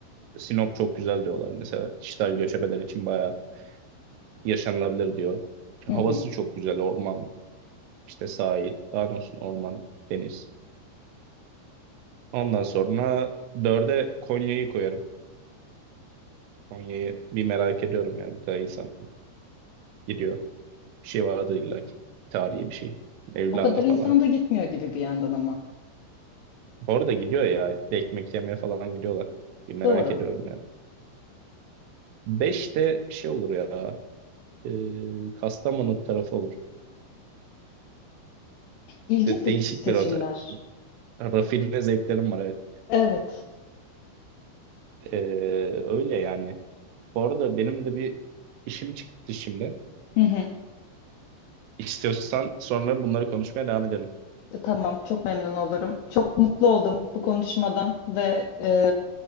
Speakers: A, on the right (about 80°); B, on the left (about 80°).
A: Sinop çok güzel diyorlar. Mesela dijital göçebeler için bayağı yaşanılabilir diyor. Çünkü
B: Hı hı.
A: Havası çok güzel. Orman, işte sahil. Daha doğrusu orman, deniz. Ondan sonra dörde Konya'yı koyarım. Konya'yı bir merak ediyorum yani bu kadar insan gidiyor. Bir şey vardı illa ki. Tarihi bir şey. Mevlana
B: O kadar
A: falan.
B: insan da gitmiyor gibi bir yandan ama.
A: Bu arada gidiyor ya. Ekmek yemeye falan gidiyorlar. Bir merak
B: Doğru.
A: ediyorum yani. Beşte şey olur ya. E, Kastamonu tarafı olur.
B: İlginç
A: De-
B: seç-
A: değişik
B: seçimler.
A: bir otel. Rafine zevklerim var evet.
B: Evet.
A: E, öyle yani. Bu arada benim de bir işim çıktı şimdi.
B: Hı hı.
A: İstiyorsan sonra bunları konuşmaya devam edelim.
B: E, Tamam, çok memnun olurum. Çok mutlu oldum bu konuşmadan ve e,